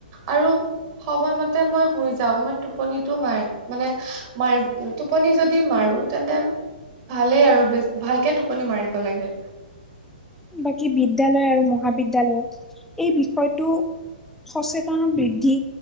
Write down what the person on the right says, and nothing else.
আৰু সময়মতে মই শুই যাওঁ মই টোপনিতো মাৰ মানে মাৰ টোপনি যদি মাৰো তেন্তে ভালেই আৰু বেছ ভালকে টোপনি মাৰিব লাগে